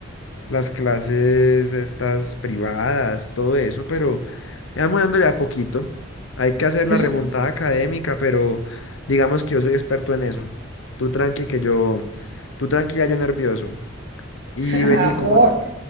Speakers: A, on the left; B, on the right.
A: las clases estas privadas, todo eso, pero ya vamos dándole a poquito. Hay que hacer
B: Eso
A: la remontada académica, pero digamos que yo soy experto en eso. Tú tranqui que yo, tú tranquila, yo nervioso. Y
B: Ajá,
A: vení
B: amor,
A: como,